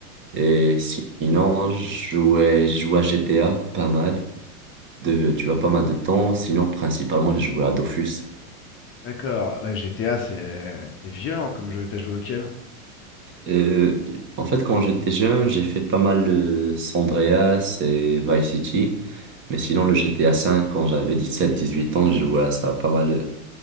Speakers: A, on the right (about 25°); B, on the left (about 30°).
A: Et sinon, je jouais, j'ai joué à GTA pas mal, de, tu vois, pas mal de temps. Sinon, principalement, j'ai joué à Dofus.
B: D'accord, ouais, GTA, c'est c'est violent comme jeu. T'as joué auquel?
A: Euh, en fait, quand j'étais jeune, j'ai fait pas mal le San Andreas et Vice City. Mais sinon, le GTA V, quand j'avais dix sept dix huit ans, je jouais à ça pas mal.